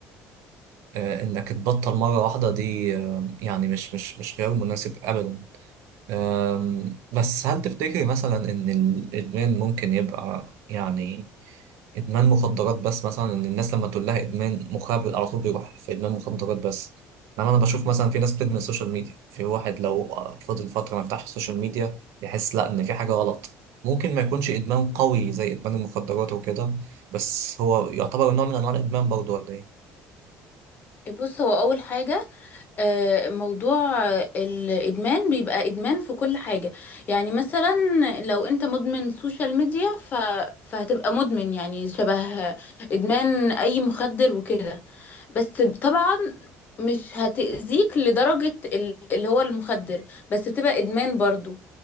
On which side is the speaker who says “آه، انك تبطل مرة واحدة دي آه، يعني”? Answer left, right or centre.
Right